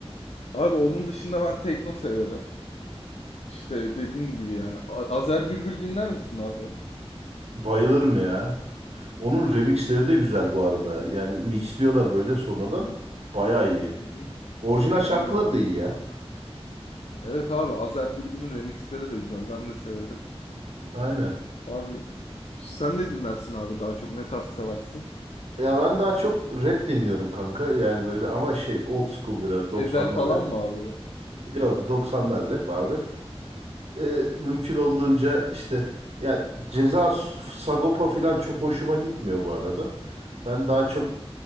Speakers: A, on the left (about 75°); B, on the right (about 75°).
A: Abi onun dışında ben tekno severim. İşte dediğim gibi yani. A- Azer Bülbül dinler misin abi?
B: Bayılırım ya. Onun remixleri de güzel bu arada. Yani mixliyorlar böyle sonradan. Bayağı iyi.
A: Hı hı.
B: Orijinal şarkıları
A: Allah Allah.
B: da iyi ya.
A: Evet abi Azer Bülbül'ün remixleri de güzel. Ben de severim.
B: Aynen.
A: Abi sen ne dinlersin abi daha çok ne tarz seversin?
B: Ya ben daha çok rap dinliyorum kanka. Yani böyle ama şey old school biraz 90'lar
A: Ezel falan
B: rap.
A: mı abi?
B: Yok 90'lar rap abi. Ee, mümkün olduğunca işte ya Ceza Sagopa falan çok hoşuma gitmiyor bu arada. Ben daha
A: Hı
B: çok
A: hı.